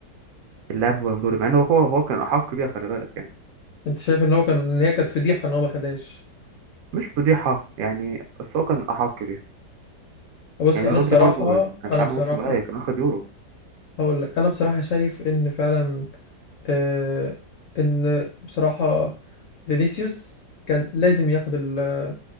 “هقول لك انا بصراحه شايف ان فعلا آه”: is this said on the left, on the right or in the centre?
Left